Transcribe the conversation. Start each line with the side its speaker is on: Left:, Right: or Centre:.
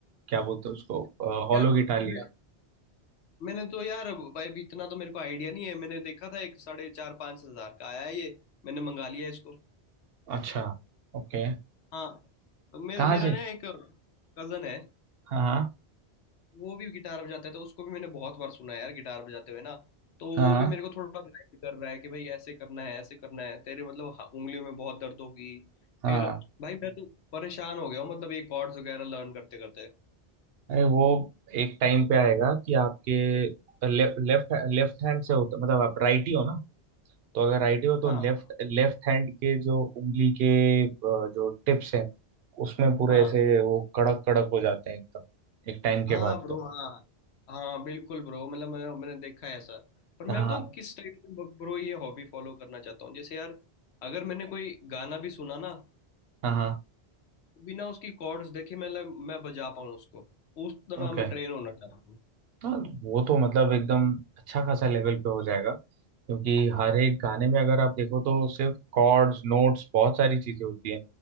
Right: क्या बोलते हैं उसको हॉलो
Left: यार
Right: गिटार
Left: मैंने
Right: लिया
Left: मैंने तो यार भाई अभी इतना तो मेरे को आइडिया नहीं है मैंने देखा था एक साढ़े चार पाँच हजार का आया है ये मैंने मंगा लिया इसको
Right: अच्छा ओके
Left: हाँ तो मेरे
Right: कहाँ
Left: मेरा
Right: से
Left: ना एक कजन है
Right: हाँ हाँ
Left: वो भी गिटार बजाता है तो उसको भी मैंने बहुत बार सुना है यार गिटार बजाते हुए ना तो
Right: हाँ
Left: वो भी मेरे को थोड़ा गाइड कर रहा है कि भाई ऐसे करना है ऐसे करना है तेरे मतलब हा- उंगलियों में बहुत दर्द होगी
Right: हाँ
Left: फिर
Right: हाँ।
Left: भाई मैं तो परेशान हो गया हूँ मतलब ये कॉर्ड्स वगैरह लर्न करते करते
Right: अरे वो एक टाइम पे आएगा कि आपके लेफ्ट लेफ्ट लेफ्ट हैंड से होता मतलब आप राइट ही हो ना तो अगर आइडिया हो
Left: हाँ
Right: तो लेफ्ट लेफ्ट हैंड के जो उंगली के अ, जो टिप्स हैं उसमें पूरे
Left: हाँ
Right: ऐसे वो कड़क कड़क हो जाते हैं एकदम एक टाइम के
Left: हाँ
Right: बाद
Left: ब्रो
Right: तो
Left: हाँ हाँ बिल्कुल ब्रो मतलब मैंने मैंने देखा है ऐसा पर मैं
Right: हाँ
Left: बताऊँ किस टाइप में ब्रो ये हॉबी फॉलो करना चाहता हूँ जैसे यार अगर मैंने कोई गाना भी सुना ना
Right: हाँ हाँ
Left: तो बिना उसकी कॉर्ड्स देखे मैं मैं बजा पाऊँ उसको उस तरह
Right: ओके
Left: मैं ट्रेन होना चाहता हूँ
Right: हाँ वो तो मतलब एकदम अच्छा खासा लेवल पे हो जाएगा क्योंकि हर एक गाने में अगर आप देखो तो सिर्फ कॉर्ड्स नोट्स बहुत सारी चीजें होती हैं